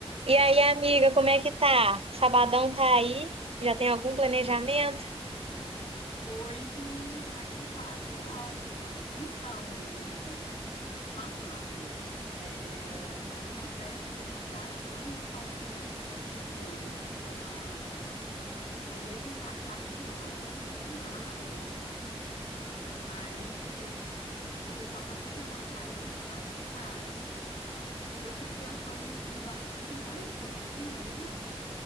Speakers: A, on the right (about 65°); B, on the left (about 70°).
A: E aí, amiga, como é que tá? Sabadão tá aí? Já tem algum planejamento?
B: Oi, Ju, como é que você tá? Tô ótima. Então, menina, babados. É, tá tendo uma festa aqui na cidade que todo mundo fala que é uma festa muito boa, né? Chama Torresmo, Cachaça e Viola, uma festa bem agro, assim. Aí o pessoal tava me chamando pra ir e tal, só que, cara, eu fico pensando em, em várias, em vários pontos. Primeiro,